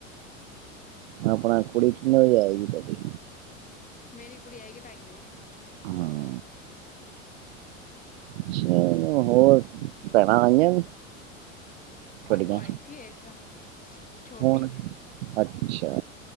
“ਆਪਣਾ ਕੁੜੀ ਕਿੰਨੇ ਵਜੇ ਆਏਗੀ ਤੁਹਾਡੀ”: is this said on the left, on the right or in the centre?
Right